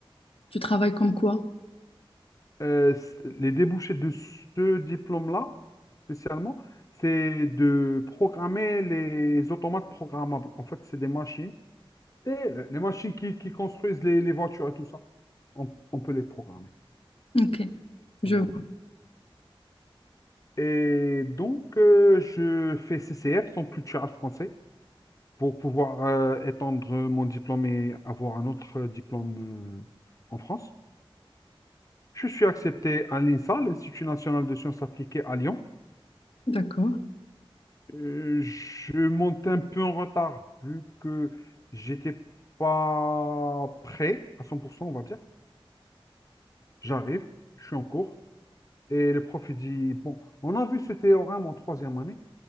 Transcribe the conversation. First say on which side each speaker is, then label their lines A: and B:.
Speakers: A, on the left; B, on the left.
A: Tu travailles comme quoi?
B: Euh, c- les débouchés de ce diplôme-là, spécialement, c'est de programmer les automates programmables. En fait, c'est des machines. Et le- les machines qui, qui construisent les, les voitures et tout ça, on, on peut les programmer.
A: Ok. Je
B: Donc,
A: vois.
B: voilà. Et donc, euh, je fais CCF, Centre culturel français, pour pouvoir euh, étendre mon diplôme et avoir un autre euh, diplôme euh, en France. Je suis accepté à l'INSA, l'Institut national de sciences appliquées à Lyon.
A: D'accord.
B: Euh, je monte un peu en retard, vu que j'étais pas prêt à cent pour cent on va dire. J'arrive, je suis en cours, et le prof il dit, bon, on a vu ce théorème en troisième année.